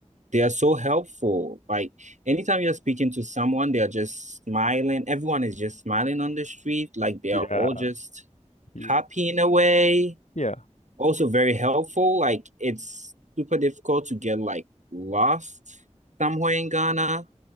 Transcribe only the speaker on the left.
Yeah.
Y-
Yeah.